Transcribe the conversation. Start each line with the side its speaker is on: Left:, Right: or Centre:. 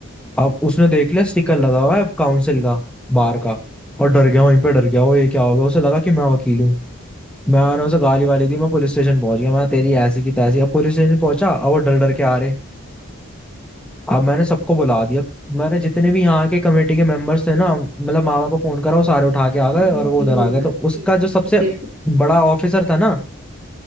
Centre: अब उसने देख लिया स्टिकर लगा हुआ है काउंसिल का बार का और डर गया वहीं पे डर गया वो ये क्या हो गया उसे लगा कि मैं वकील हूँ मैंने उसे गाली वाली दी मैं पुलिस स्टेशन पहुंच गया मैं तेरी ऐसी की तैसी अब पुलिस स्टेशन पहुंचा अब वो डर डर के आ रहे अब मैंने सबको बुला दिया मैंने जितने भी यहाँ के कमेटी के मेंबर्स थे ना मतलब मामा को फोन करा वो सारे उठा के आ गए
Right: बहुत
Centre: और वो
Right: ही
Centre: उधर
Right: कम
Centre: आ
Right: है
Centre: गए
Right: भाई
Centre: तो उसका
Right: भाई,
Centre: जो सबसे
Right: तेरे से
Centre: बड़ा ऑफिसर था ना